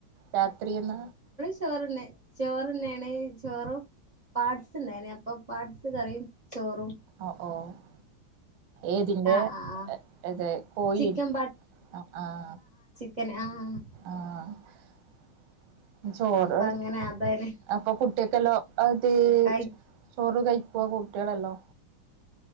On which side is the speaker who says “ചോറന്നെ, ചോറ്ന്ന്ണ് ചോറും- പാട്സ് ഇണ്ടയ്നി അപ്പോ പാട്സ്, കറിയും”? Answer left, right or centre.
Right